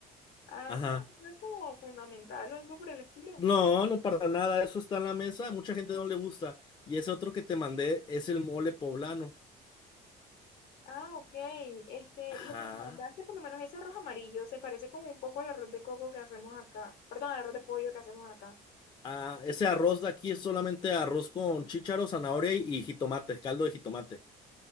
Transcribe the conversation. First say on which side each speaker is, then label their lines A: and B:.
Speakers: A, on the left; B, on the left.
A: Ah,
B: Ajá.
A: ¿sí no es como fundamental o algo por el estilo.
B: No, no para nada. Eso está en la mesa. a Mucha gente no le gusta. Y ese otro que te mandé es el mole poblano.
A: Ah, ok. Este,
B: Ajá.
A: lo que me mandaste, por lo menos ese arroz amarillo, se parece como un poco al arroz de coco que hacemos acá. Perdón, al arroz de pollo que hacemos acá.
B: Ah, ese arroz de aquí es solamente arroz con chícharo, zanahoria y, y jitomate, caldo de jitomate.